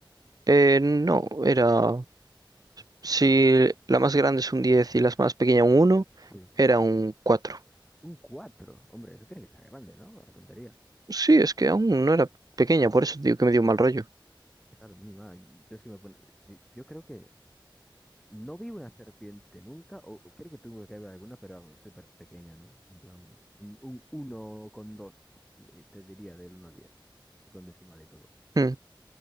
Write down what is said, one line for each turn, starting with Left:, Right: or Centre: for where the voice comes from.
Right: eh, no, era si la más grande es un 10 y las más pequeña un uno
Centre: Sí.
Right: era un cuatro
Centre: Un cuatro, hombre, eso tiene que ser grande, ¿no? La tontería.
Right: Sí, es que aún no era pequeña, por eso te digo que me dio un mal rollo.
Centre: Claro, mi madre, yo es que me pone, yo, yo creo que No vi una serpiente nunca, o o creo que tuve que ver alguna, pero súper pequeña, ¿no? En plan, un, un uno con dos, le- te diría, del uno al diez sí, con decimal y todo.
Right: Mm,